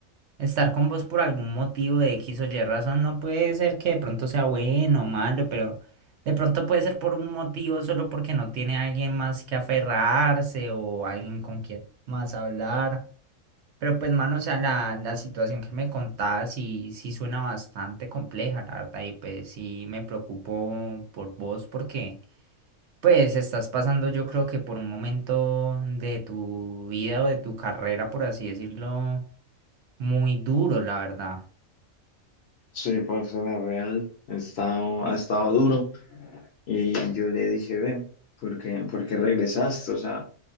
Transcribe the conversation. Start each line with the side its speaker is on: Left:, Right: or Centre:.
Right: Estar con vos por algún motivo de X o Y razón no puede ser que de pronto sea bueno o malo, pero de pronto puede ser por un motivo solo porque no tiene alguien más que aferrarse o alguien con quien más hablar. Pero pues, mano, o sea, la, la situación que me contás sí, sí suena bastante compleja, la verdad, y pues sí me preocupo por vos porque pues estás pasando yo creo que por un momento de tu vida o de tu carrera, por así decirlo, muy duro, la verdad.
Left: Sí, pues la real ha estado, ha estado duro y yo le dije, ve, ¿por qué, por qué regresaste? O sea,